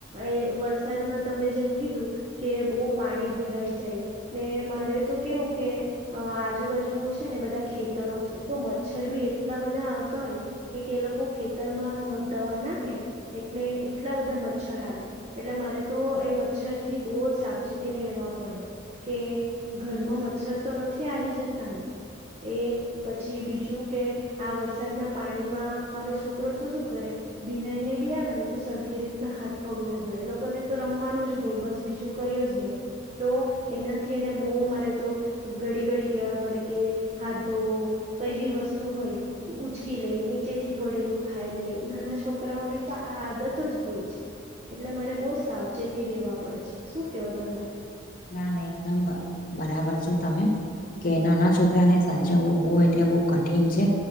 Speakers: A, on the right (about 35°); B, on the left (about 45°).
A: એ વરસાદમાં તમે જેમ કીધું. કે બહુ પાણી ભરાઈ જાય, ને મારે તો કેવું કે અ આજુબાજુ છે ને બધા ખેતરો છે તો મચ્છર બી એટલા બધા આવતા હોય. કે કે લોકો ખેતરમાં દવા નાખે, એટલે એટલા બધા મચ્છર આવે. એટલે મારે તો એ મચ્છર થી બહુ જ સાવચેતીને રહેવા પડે. કે ઘરમાં મચ્છર તો નથી આવી જતા ને. એ પછી બીજું કે આ વરસાદના પાણીમાં મારો છોકરો તો શું કરે. ભીના એને બી આવે ને તો સરખી રીતના હાથ પગ ના ધોય એ લોકોને રમવાનું જ હોય બસ બીજું કય જ નહી, તો એનાથી એને બહુ મારે તો ઘડી ઘડી કેવા પડે કે, હાધ ધો કઈ બી વસ્તુ હોય. ઉચકી લે નીચે થી પડેલું ખાઈ લે નાના છોકરાઓને તો આ આદત જ હોય છે. એટલે મારે બહુ સાવચેતી રહેવા પડે છે શું કેવો તમે?
B: ના ના એકદમ બરાબર છે તમે. કે નાના છોકરાને સાચવવું બહુ એટલે બઉ કઠિન છે.